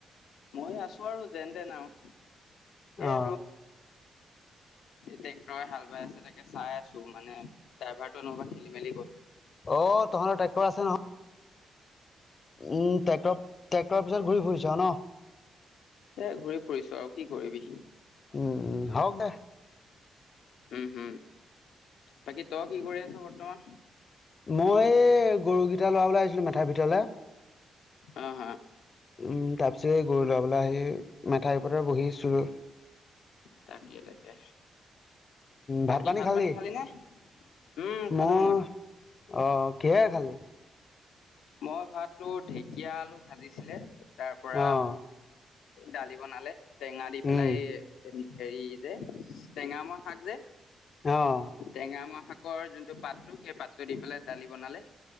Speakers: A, on the left; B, on the left.
A: মই আছো আৰু যেন তেন আৰু এই
B: অ
A: ট্ৰেক্টৰে হাল বাই আছে তাকে চাই আছো মানে ।ড্ৰাইভাৰটো নহবা খেলি মেলি কৈ
B: অ' তহঁতৰ ট্ৰেক্টৰ আছে নহয়? উম ট্ৰেক্টৰৰ ট্ৰেক্টৰৰ পিছত ঘূৰি ফুৰিছ ন।
A: এ ঘূৰি ফুৰিছো আৰু কি কৰিবি।
B: উম হ দো
A: উম হম। বাকী তই কি কৰি আছ বৰ্তমান?
B: মই গৰুকেইটা লৰাবলৈ আহিছিলোঁ মেথাৰ ভিতৰলৈ।
A: অ' হা
B: উম তাৰ পিছত এই গৰু লৰাবলৈ আহি মেঠাই পৰৰ বহিছো।
A: তাকে তাকে। বাকী
B: ভাত পানী খাল দেই
A: খালি নে উম খালো
B: মই অ'। কিহেৰে খালি?
A: মই ভাতটো ঢেকীয়া আলু ভাজিছিলে তাৰ পৰা
B: অঁ
A: দালি বনালে টেঙা দি পেলাই।
B: উম
A: হেৰি যে টেঙামৰা শাক যে
B: অঁ
A: টেঙ মোৱা শাকৰ যোনটো পাতটো সেই পাতটো দি পেলাই দালি বনালে।